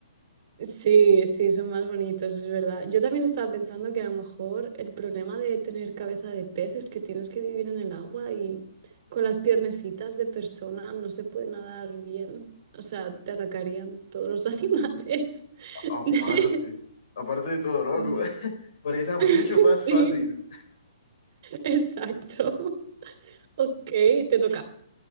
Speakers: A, on the right; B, on the left.
A: Sí, sí, son más bonitos, es verdad. Yo también estaba pensando que a lo mejor el problema de tener cabeza de pez es que tienes que vivir en el agua y con las piernecitas de persona no se puede nadar bien. O sea, te atacarían todos los animales.
B: <laughs> Aparte,
A: <laughs>
B: aparte de todo, ¿no?
A: Sí.
B: Como- <laughs> Presa mucho
A: <laughs>
B: más
A: Sí,
B: fácil.
A: exacto. Ok, te toca.